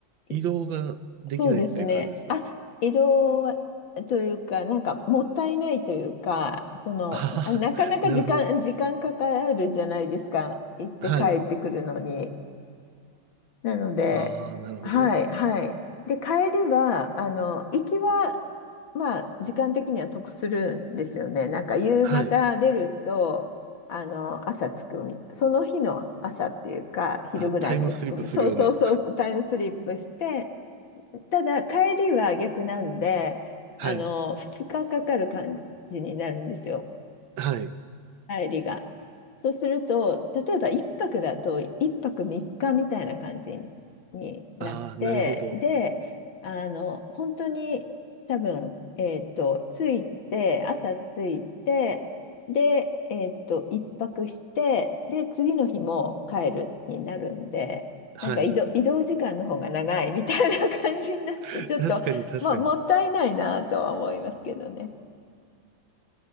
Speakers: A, on the left; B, on the right.
A: い
B: 移動ができないっていう感じですか。
A: そうですね。あ、移動は、というか、なんかもったいないというか、その、
B: <laughs> あははなるほど。
A: あなかなか時間、時間かかるじゃないですか。行って帰ってくるのに。
B: はい。
A: なので、
B: ああ、なるほど。
A: はい、はい。で、帰りは、あの、行きは、まあ、時間的には得するんですよね。なんか、夕方出ると、
B: はい。
A: あの、朝着くみたい、その日の朝っていうか、昼ぐらいに着く。
B: あ、タイムスリップするような。
A: そうそうそうそう、タイムスリップして、ただ、帰りは逆なんで、
B: <laughs> はい。
A: あの、2日かかかる感じになるんですよ。
B: はい。
A: 帰りが。そうすると、例えば1泊だと1泊3日みっかみたいな感じになって、
B: ああ、なるほど。
A: で、あの、本当に多分、えっと、着いて、朝着いて、で、えっと、一泊して、で、次の日も帰るになるんで、
B: はい。
A: なんか移動、移動時間の方が長い <laughs> みたいな感じになって、
B: <laughs>
A: ちょっと、
B: 確かに確かに。
A: まあ、もったいないなとは思いますけどね。